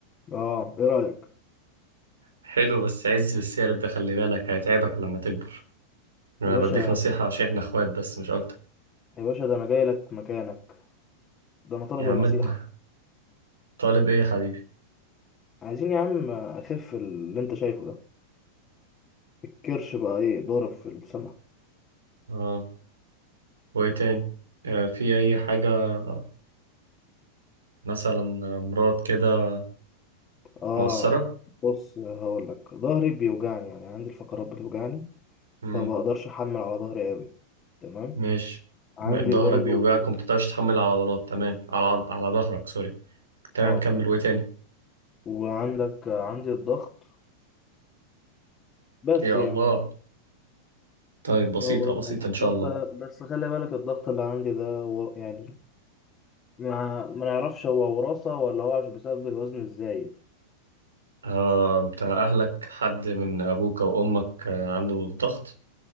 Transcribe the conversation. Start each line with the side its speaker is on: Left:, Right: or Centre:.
Left: اه ايه رايك
Right: حلو بس عز بالسالب ده خلي بالك هيتعبك لما تكبر انا
Left: يا باشا
Right: بديك نصيحة عشان احنا اخوات بس مش اكتر
Left: يا باشا ده انا جاي لك مكانك ده انا طالب
Right: يا عم
Left: النصيحه
Right: إنت طالب ايه يا حبيبي
Left: عايزين يا عم اخف اللي انت شايفه ده الكرش بقى ايه ضارب في السما
Right: اه وايه تاني آه في اي حاجة مثلا امراض كده
Left: اه
Right: مقصرة
Left: بص هقول لك ظهري بيوجعني يعني عندي الفقرات بتوجعني
Right: امم
Left: فما بقدرش احمل على ظهري قوي تمام
Right: ماشي
Left: عندي
Right: م- ظهرك
Left: برضو
Right: بيوجعك وما بتقدرش تحمل على عضلات تمام على عض... على ظهرك سوري تمام
Left: اه
Right: كمل وايه تاني
Left: وعندك عندي الضغط بس
Right: يا
Left: يعني
Right: الله طيب بسيطة
Left: هو
Right: بسيطة
Left: ده الموضوع
Right: ان شاء
Left: بس
Right: الله
Left: بس خلي بالك الضغط اللي عندي ده ور- يعني ما ما نعرفش هو وراثة ولا هو عشان بسبب الوزن الزايد
Right: آه بتاع اهلك حد من ابوك او امك آه عنده ضغط